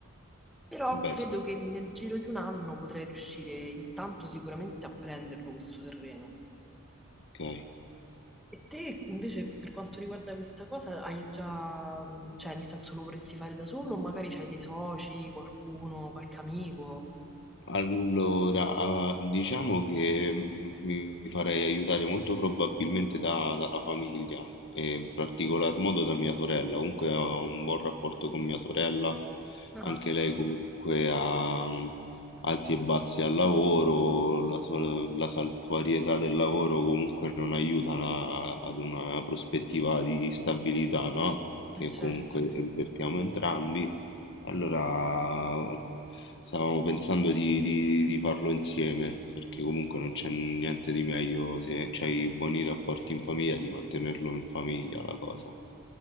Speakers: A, in the centre; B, on the left.
A: però
B: Beh
A: credo
B: sì,
A: che nel giro di un anno potrei riuscire intanto sicuramente a prenderlo questo terreno.
B: okay.
A: E te invece per quanto riguarda questa cosa hai già, mm, cioè nel senso lo vorresti fare da solo o magari c'hai dei soci, qualcuno, qualche amico?
B: Allora, uhm, diciamo che, mhmm, mi farei aiutare molto probabilmente da dalla famiglia e in particolar modo da mia sorella. Comunque ho un buon rapporto con mia sorella,
A: Ah,
B: anche lei comunque ha, mhmm, alti e bassi al lavoro, la sua la saltuarietà del lavoro comunque non aiuta la ad una prospettiva di stabilità, no, che
A: eh certo,
B: comunque, ehm, cerchiamo entrambi. Allora, stavamo pensando di, di- di farlo insieme, perché comunque non c'è niente di meglio se c'hai buoni rapporti in famiglia, di mantenerlo in famiglia la cosa.